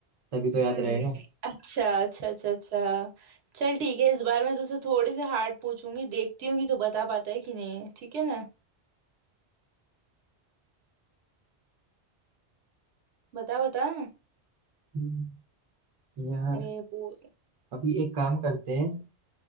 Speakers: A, on the right; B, on the right.
A: तभी तो याद
B: हम्म
A: रहेगा
B: अच्छा अच्छा अच्छा अच्छा चल ठीक है इस बार मैं तुझसे थोड़ी से हार्ड पूछूंगी देखती हूँ कि तू बता पाता है कि नहीं ठीक है ना बता बता
A: हम्म, यार
B: अरे वो
A: अभी एक काम करते हैं